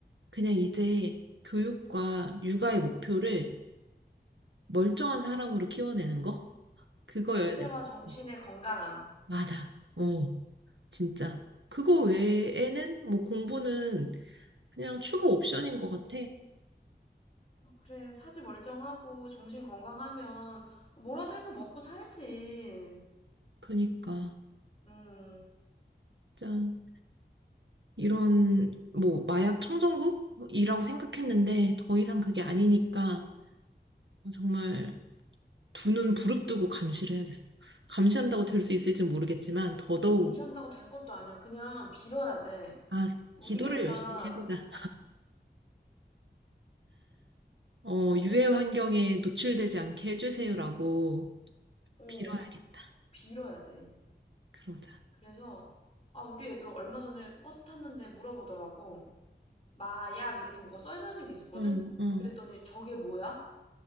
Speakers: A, on the right; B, on the left.
A: 그냥 이제 교육과 육아의 목표를 멀쩡한 사람으로 키워내는 거? 그거여야
B: 육체와
A: 될 것
B: 정신의
A: 같아.
B: 건강함.
A: 맞아. 어, 진짜. 그거 외에는 뭐 공부는 그냥 추가 옵션인 것 같아.
B: 어, 그래, 사지 멀쩡하고 정신 건강하면 뭐라도 해서 먹고 살지.
A: 그니까,
B: 음.
A: 짠. 이런, 뭐, 마약 청정국이라고 생각했는데, 더 이상 그게 아니니까, 정말 두 눈 부릅뜨고 감시를 해야겠어. 감시한다고 될 수 있을지 모르겠지만 더더욱
B: 감시한다고 될 것도 아니야. 그냥 빌어야 돼.
A: 아,
B: 우리
A: 기도를
B: 애가,
A: 열심히 해보자. 어,
B: 어,
A: 유해 환경에 노출되지 않게 해주세요라고
B: 어,
A: 빌어야겠다.
B: 빌어야 돼.
A: 그러자.
B: 그래서, 아, 우리 애도 얼마 전에 버스 탔는데 물어보더라고. 마약, 이렇게 뭐가 써있는 게 있었거든?
A: 응, 응.
B: 그랬더니 저게 뭐야?